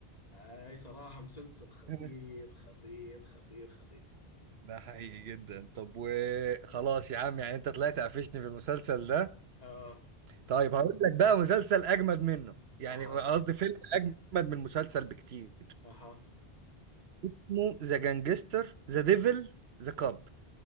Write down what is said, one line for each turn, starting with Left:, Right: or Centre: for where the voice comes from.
Left: اي صراحة مسلسل خطير
Right: <laughs>
Left: خطير خطير خطير
Right: ده حقيقي جدا طب وخلاص يا عم يعني انت طلعت قفشتني في المسلسل ده
Left: اه
Right: طيب هقول لك بقى مسلسل اجمد منه يعني
Left: اها
Right: قصدي فيلم اجمد من المسلسل بكتير
Left: اها
Right: اسمه ذا جانجستر ذا ديفل ذا كاب